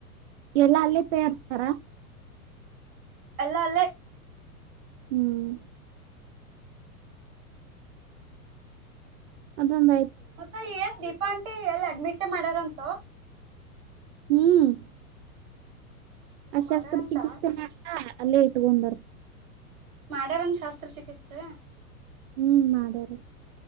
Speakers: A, on the right (about 50°); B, on the right (about 65°).
A: ಎಲ್ಲಾ ಅಲ್ಲೇ ಪೇಯರ್ಸ್ತಾರ
B: ಅಲ್ಲ ಅಲ್ಲ
A: ಹ್ಮ್ ಅದಮ್ಮ
B: ಮತ್ತ ಏನ್ ದೀಪಾಂಟಿ ಎಲ್ಲಿ ಅಡ್ಮಿಟ್ ಮಾಡ್ಯಾರಂತು
A: ಹ್ಮ್ ಅ
B: ಮಾಡ್ಯಾರಂತ
A: ಶಸ್ತ್ರ ಚಿಕಿತ್ಸೆ ಮಾಡ ಅಲ್ಲೇ ಇಟ್ಟುಗೊಂದರ
B: ಮಾಡ್ಯಾರನ್ ಶಾಸ್ತ್ರ ಚಿಕಿತ್ಸೆ
A: ಹ್ಮ್ ಮಾಡ್ಯಾರ